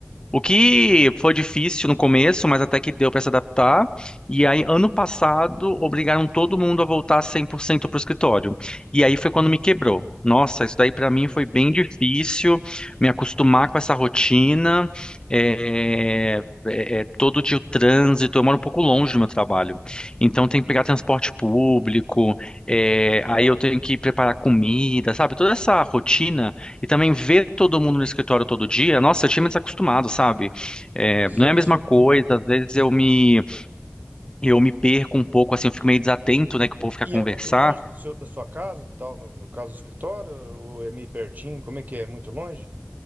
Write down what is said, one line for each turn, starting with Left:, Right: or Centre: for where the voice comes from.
Left: O que foi difícil no começo, mas até que deu para se adaptar. E aí, ano passado, obrigaram todo mundo a voltar 100% para o escritório. E aí foi
Right: Hum,
Left: quando me quebrou. Nossa, isso daí para
Right: meu
Left: mim
Right: Deus.
Left: foi bem difícil, me acostumar com essa rotina, é, é, é, todo dia o trânsito. Eu moro um pouco longe do meu trabalho, então tem que pegar transporte público, é, aí eu tenho que preparar comida, sabe? Toda essa rotina e também ver todo mundo no escritório todo dia, nossa, eu tinha me desacostumado, sabe? É, não
Right: Sim,
Left: é a mesma
Right: sim.
Left: coisa, às vezes eu me, eu me perco um pouco, assim, eu fico meio desatento, né, que o povo quer
Right: E
Left: conversar.
Right: é muito longe do seu, da sua casa, tal, no, no caso do escritório, ou é meio pertinho? Como é que é? É Muito longe?